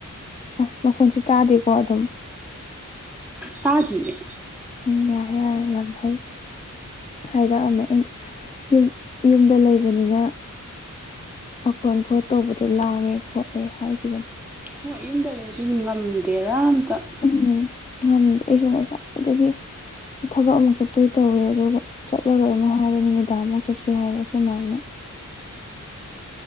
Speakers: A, on the left (about 25°); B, in the centre.
A: ꯑꯁ ꯃꯈꯣꯟꯁꯦ ꯇꯥꯗꯦꯀꯣ ꯑꯗꯨꯝ
B: ꯇꯥꯗꯤ
A: ꯎꯝ ꯌꯥꯔꯦ ꯌꯥꯔꯦ ꯌꯥꯝ ꯍꯧ ꯍꯥꯏꯔꯛꯑꯝꯃꯦ ꯌꯨꯝ ꯌꯨꯝꯗ ꯂꯩꯕꯅꯤꯅ ꯃꯈꯣꯟ ꯈꯣꯠ ꯇꯧꯕꯗꯣ ꯂꯥꯡꯉꯦ ꯈꯣꯠꯂꯦ ꯍꯥꯏꯈꯤꯕꯅꯤ
B: ꯍ ꯌꯨꯝꯗ ꯂꯩꯗꯤ ꯉꯝꯗꯦꯗ ꯑꯝꯇ
A: ꯎꯝ ꯎꯝ ꯉꯝꯗꯦ ꯑꯩꯁꯨ ꯉꯁꯥꯏꯗꯒꯤ ꯊꯕꯛ ꯑꯃꯨꯛ ꯆꯠꯇꯣꯏ ꯇꯧꯋꯦ ꯑꯗꯨꯒ ꯆꯠꯂꯔꯣꯏ ꯑꯃꯨꯛ ꯍꯥꯏꯔꯦ ꯅꯨꯃꯤꯗꯥꯡꯃꯨꯛ ꯆꯠꯁꯤ ꯍꯥꯏꯔꯦ ꯑꯩꯈꯣꯏꯃꯣꯏꯅ